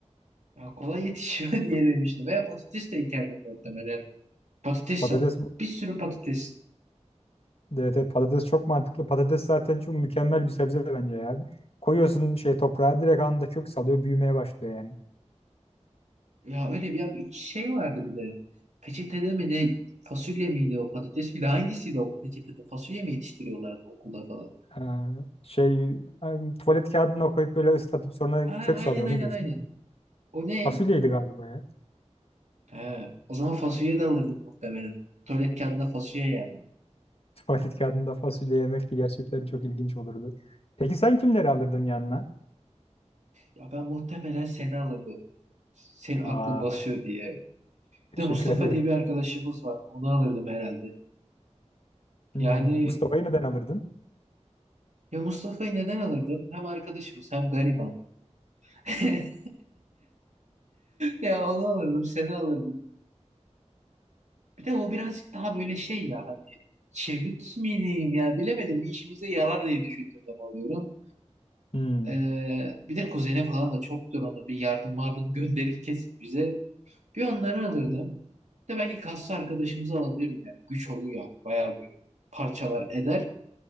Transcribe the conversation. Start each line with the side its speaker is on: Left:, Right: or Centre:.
Right: Ya kolay yetişiyor <laughs> diye demiştim. Veya patates de ekerdim muhtemelen. Patates,
Left: patates
Right: bir sürü patates.
Left: Evet, evet, patates çok mantıklı. Patates zaten çok mükemmel bir sebze bence ya. Koyuyorsun şey toprağa direkt anında kök salıyor büyümeye başlıyor yani.
Right: Ya öyle bir, ya bir şey vardı bir de. Peçetede mi ne? Fasulye miydi o patates miydi? Hangisiydi o peçetede? Fasulye mi yetiştiriyorlardı okulda falan?
Left: Ee, şey em, tuvalet kağıdına koyup böyle ıslatıp sonra
Right: Aa,
Left: kök
Right: aynen
Left: salıyor
Right: aynen
Left: onu diyorsun
Right: aynen.
Left: değil mi?
Right: O ne?
Left: Fasulyeydi galiba ya.
Right: He, o zaman fasulye de alırdım muhtemelen. Tuvalet kağıdında fasulye yerdim.
Left: <laughs> Tuvalet kağıdında fasulye yemek de gerçekten çok ilginç olurdu. Peki sen kimleri alırdın yanına?
Right: Ya ben muhtemelen seni alırdım. Senin aklın
Left: Aa,
Right: basıyor diye.
Left: teşekkür
Right: Bir de Mustafa
Left: ediyorum.
Right: diye bir arkadaşımız var. Onu alırdım herhalde.
Left: Hmm,
Right: Yani
Left: Mustafa'yı neden alırdın?
Right: ya Mustafa'yı neden alırdım? Hem arkadaşımız hem gariban. <laughs> Ya onu alırdım, seni alırdım. Bir de o birazcık daha böyle şey ya hani çevik miyim? ya bilemedim bir işimize yarar diye düşündüğüm zaman alıyorum.
Left: Hmm.
Right: Ee, bir de kuzene falan da çoktur onu bir yardım vardım gönderir kesin bize. Bir onları alırdım.
Left: Hmm.
Right: Bir de belki kaslı arkadaşımızı alabilirdim. Yani güç oluyor yani. Bayağı bir parçalar eder.